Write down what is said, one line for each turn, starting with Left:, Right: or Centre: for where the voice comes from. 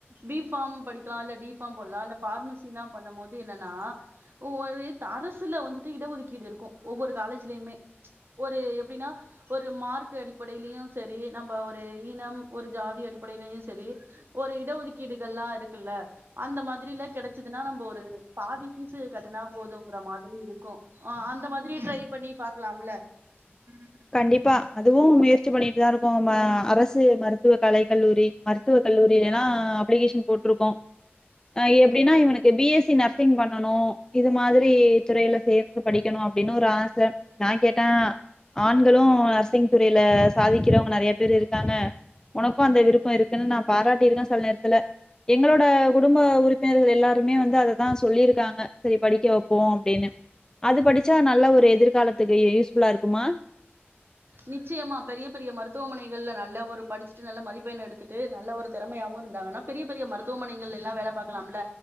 Right: பி ஃபார்ம் படிக்கிலா இல்ல டி ஃபார்ம் போட்லா இல்ல ஃபார்மசிலா பண்ணும் போது என்னனா ஒவ்வொரு அரசுல வந்துட்டு இட ஒதுக்கீடு இருக்கு ஒவ்வொரு காலேஜ்லயுமே ஒரு எப்டினா ஒரு மார்க்கு அடிப்படையிலயு செரி நம்ப ஒரு இனம் ஒரு ஜாதி அடிப்படையிலயு செரி ஒரு இட ஒதுக்கீடுகள்லா இருக்குல்ல அந்த மாதிரில கெடச்சுதுனா நம்ப ஒரு பாதி பீஸு கட்டனா போதுங்கிற மாதிரி இருக்கு ஆ அந்த மாதிரி ட்ரை பண்ணி பாக்லாம்ல உம்
Left: கண்டிப்பா அதுவு முயற்சி பண்ணிட்தா இருக்கோ ம அரசு மருத் துவ கலை கல்லூரி மருத்துவக் கல்லூரிலேலா அலகேஷன் போட்ருக்கோ அ எப்டினா இவனுக்கு பி எஸ் சி நர்ஸ் ர்சிங் பண்ணனு இது மாதிரி துறையில சேந்து படிக்கணு அப்டின்னு ஒரு ஆச நா கேட்டே ஆண்களு நர்சிங் துறையில சாதிக்கிறவங்க நெறைய பேர் இருக்காங்க ஒனக்கு அந்த விருப்ப இருக்குன்னு நா பாராட்டுருக்க செல நேரத்துல எங்களோட குடும்ப உறுப்பினர்கள் எல்லாருமே வந்து அததா சொல்லிருக்காங்க சரி படிக்க வப்போ அப்டின்னு அது படிச்சா நல்ல ஒரு எதிர்காலத்துக்கு இ யூஸ் ஃபுல்லா இருக்குமா
Right: நிச்சியமா பெரிய பெரிய மருத்துவமனைகள்ல நல்ல ஒரு படிச்சுட்டு நல்ல மதிப்பெண் எடுத்துட்டு நல்ல ஒரு திறமையாவவு இருந்தாங்கன்னா பெரிய பெரிய மருத்துவமனைகளெல்லா வேல பாக்கலாம்ல